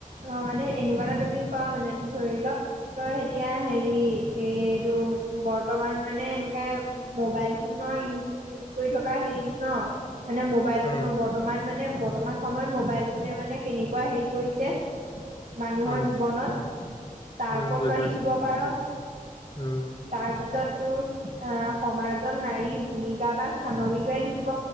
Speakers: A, on the right; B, on the left.
A: অ মানে এনেকুৱা এটা টপিক পোৱা মান ধৰি ল তই এতিয়া হেৰি এইটো বৰ্তমান মানে এনেকে মোবাইল ফোনৰ ইজ ইউজ কৰি থকা হেৰিটো ন মানে মোবাইল
B: উম
A: ফোনৰ বৰ্তমান মানে বৰ্তমান সময়ত মোবাইল ফোনে মানে কিন কেনেকুৱা হেৰি কৰিছে মানুহৰ
B: উম
A: জীৱনত তাৰ
B: উম
A: ওপৰত
B: বুজি পাইছো
A: লিখিব পাৰ
B: উম
A: তাৰ পিছত আহ সমাজত নাৰীৰ ভূমিকা বা স্থানৰ বিষয়ে লিখিব